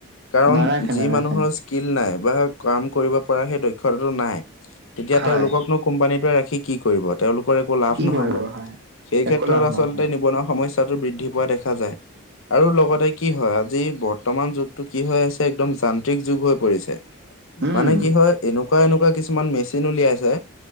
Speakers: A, on the left; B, on the right.
A: কাৰণ
B: নাৰাখে
A: যি
B: নাৰাখে
A: মানুহৰ স্কিল নাই বা কাম কৰিব পৰা সেই দক্ষতাটো নাই। তেতিয়া
B: হয়
A: তেওঁলোককনো কোম্পানীটোৱে ৰাখি কি কৰিব। তেওঁলোকৰ একো লাভ
B: কি
A: ন'হব।
B: কৰিব হয়
A: সেই ক্ষেত্ৰত
B: একো লাভ
A: আচলতে,
B: নহব
A: নিবনুৱা সমস্যা টো বৃদ্ধি পোৱা দেখা যায়। আৰু লগতে কি হয়, যি বৰ্তমান যুগতটো কি হৈ আছে একদম যান্ত্ৰিক যুগ হৈ পৰিছে।
B: উম
A: মানে কি হয় এনেকুৱা এনেকুৱা কিছুমান মেচিন উলিয়াইছে।